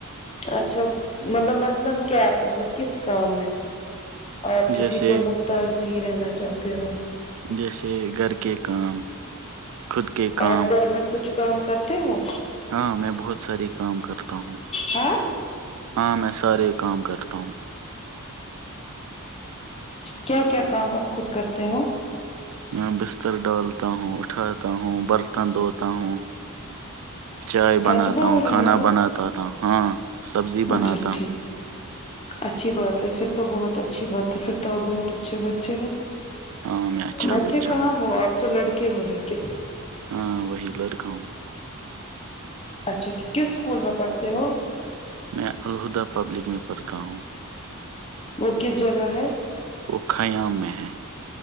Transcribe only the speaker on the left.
اچھا مطلب مثلا کیا ہے مطلب کس کام میں آپ کسی
پہ محتاج نہیں رہنا چاہتے ہو
آپ گھر میں کچھ کام کرتے ہو
ہاں
کیا کیا کام آپ خود کرتے ہو
سچ
بول
رہے
ہو
اچھا ٹھیک
اچھی بات ہے پھر تو بہت اچھی بات ہے پھر تو بہت اچھے بچے ہو
بچے
کہاں
ہو آپ تو لڑکے ہو لیکن
اچھا ٹھیک کس اسکول میں پڑھتے ہو
وہ کس جگہ ہے